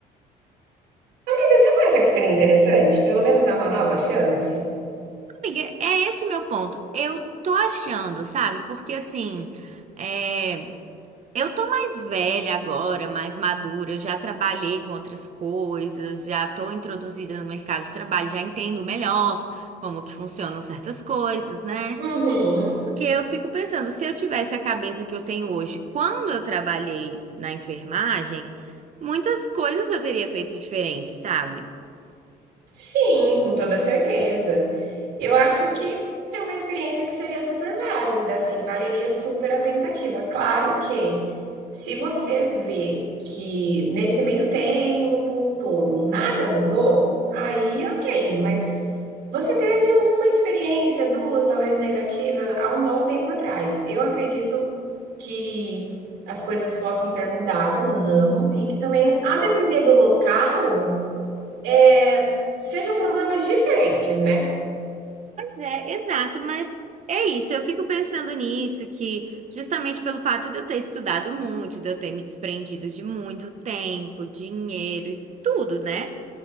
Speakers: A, on the right; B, on the right.
A: Amiga, você não acha que seria interessante pelo menos dar uma nova chance?
B: Amiga, é esse meu ponto. Eu tô achando, sabe? Porque assim, é. Eu tô mais velha agora, mais madura, eu já trabalhei com outras coisas, já tô introduzida no mercado de trabalho, já entendo melhor como que funcionam certas coisas, né?
A: Uhum.
B: Porque eu fico pensando, se eu tivesse a cabeça que eu tenho hoje, quando eu trabalhei na enfermagem, muitas coisas eu teria feito diferente, sabe?
A: Sim, com toda certeza. Eu acho que é uma experiência que seria super válida, assim, valeria super a tentativa. Claro que se você vê que nesse meio tempo todo nada mudou, aí ok, mas você teve uma experiência, duas, talvez negativa, há um bom tempo atrás. Eu acredito que as coisas possam ter mudado no ramo e que também, a depender do local é, sejam problemas diferentes, né?
B: É, exato, mas é isso. Eu fico pensando nisso, que justamente pelo fato de eu ter estudado muito, de eu ter me desprendido de muito tempo, dinheiro e tudo, né?